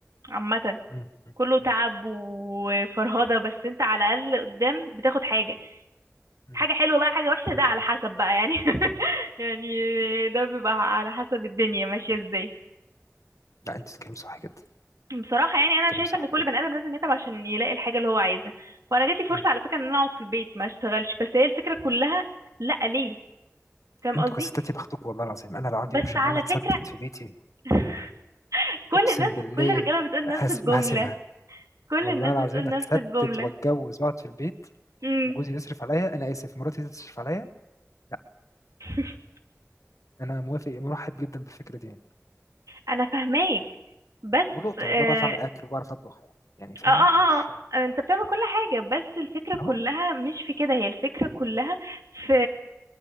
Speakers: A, on the right; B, on the left.
A: عامة
B: مم. مم.
A: كله تعب وفرهدة بس انت على الأقل قدام بتاخد حاجة
B: مم.
A: حاجة حلوة بقى حاجة وحشة ده على حسب بقى يعني <laughs> يعني ده بيبقى على حسب الدنيا ماشية ازاي
B: لا انت بتتكلمي صح جدا
A: بصراحة يعني أنا
B: بتتكلمي
A: شايفة
B: صح
A: إن كل
B: جدا
A: بني آدم لازم يتعب عشان يلاقي الحاجة اللي هو عايزها وأنا جاتلي فرصة
B: مم.
A: على فكرة إن أنا أقعد في البيت ما أشتغلش بس هي الفكرة كلها لأ ليه فاهم
B: انتوا
A: قصدي
B: كستات يا بختكم والله العظيم انا لو عندي
A: بس
B: اوبشن
A: على
B: ان انا اتستت
A: فكرة
B: في بيتي
A: <laughs> كل
B: اقسم
A: الناس
B: بالله
A: كل الرجالة بتقول
B: هس-
A: نفس الجملة
B: ما هسيبها
A: كل
B: والله
A: الناس
B: العظيم
A: بتقول نفس
B: اتستت
A: الجملة
B: واتجوز واقعد في البيت
A: امم
B: وجوزي يصرف عليا انا اسف مراتي تصرف عليا لا
A: <laughs>
B: انا موافق مرحب جدا بالفكره دي يعني.
A: أنا فاهماك بس
B: ولقطه والله
A: آه،
B: بعرف اعمل اكل وبعرف اطبخ يعني فاهمه
A: اه اه
B: مش
A: اه آه، انت بتعمل كل حاجة بس الفكرة كلها
B: اهو
A: مش في كده هي الفكرة كلها في